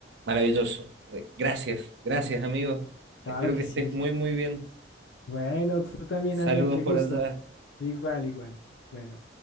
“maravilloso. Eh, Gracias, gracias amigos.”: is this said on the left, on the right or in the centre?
Right